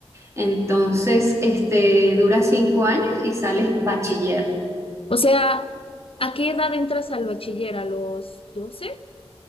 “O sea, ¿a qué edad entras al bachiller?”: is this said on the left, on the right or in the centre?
Left